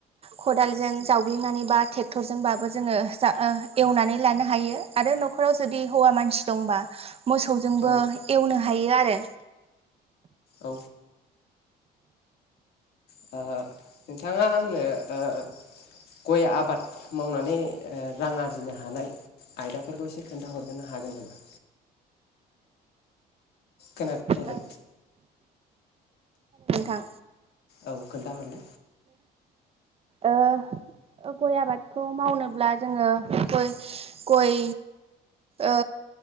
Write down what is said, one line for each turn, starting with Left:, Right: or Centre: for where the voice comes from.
Right: खदालजों जावग्लिनानै बा ट्रेक्टरजोंबाबो जोङो जा एवनानै लानो हायो आरो न'खराव जुदि हौवा मानसि दंबा मोसौजोंबो
Left: औ
Right: एवनो हायो आरो
Left: औ ओ नोंथाङा आंनो ओ गय आबाद मावनानै रां आरजिनो हानाय आयदाफोरखौ एसे खोन्था हरग्रोनो हागोन नामा? खोनादोना हेल'।
Right: ओ नोंथां।
Left: औ खोन्थाहर।
Right: ओ ओ गय आबादखौ मावनोब्ला जोङो गय गय ओ